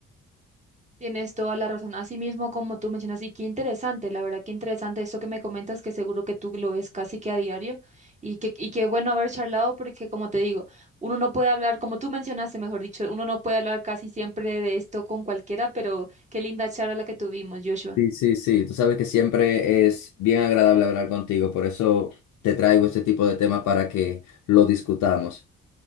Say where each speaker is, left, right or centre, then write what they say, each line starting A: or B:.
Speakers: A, on the right; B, on the left.
A: Tienes toda la razón. Así mismo como tú mencionas, y qué interesante, la verdad, qué interesante esto que me comentas, que seguro que tú lo ves casi que a diario, y que, y qué bueno haber charlado, porque como te digo, uno no puede hablar, como tú mencionaste, mejor dicho, uno no puede hablar casi siempre de esto con cualquiera, pero qué linda charla la que tuvimos, Joshua.
B: Sí, sí, sí, tú sabes que siempre es bien agradable hablar contigo, por eso te traigo este tipo de temas para que lo discutamos.